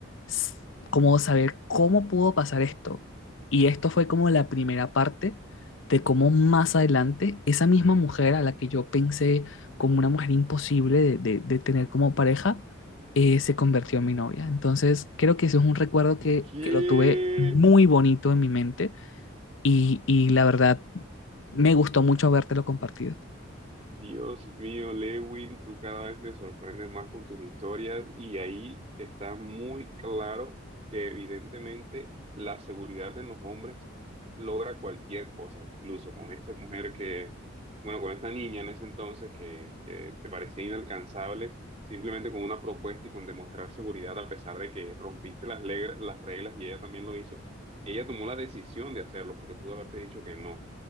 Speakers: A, on the left (about 70°); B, on the right (about 30°).
A: s- como saber cómo pudo pasar esto. Y esto fue como la primera parte de cómo más adelante esa misma mujer a la que yo pensé como una mujer imposible de, de- de tener como pareja, eh, se convirtió en mi novia. Entonces creo que ese es un recuerdo que,
B: ¿Qué?
A: que lo tuve muy bonito en mi mente y, y la verdad, me gustó mucho habértelo compartido.
B: Dios mío, Lewin, tú cada vez me sorprendes más con tus historias y ahí está muy claro que evidentemente la seguridad en los hombres logra cualquier cosa, incluso con esta mujer que, bueno, con esta niña en ese entonces que, que te parecía inalcanzable, simplemente con una propuesta y con demostrar seguridad a pesar de que rompiste las, legra- las reglas y ella también lo hizo. Ella tomó la decisión de hacerlo porque pudo haberte dicho que no.